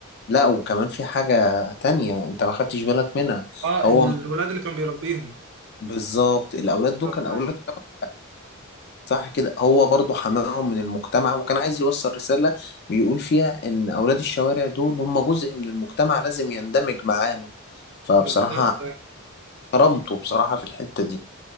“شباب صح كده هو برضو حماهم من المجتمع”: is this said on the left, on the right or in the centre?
Left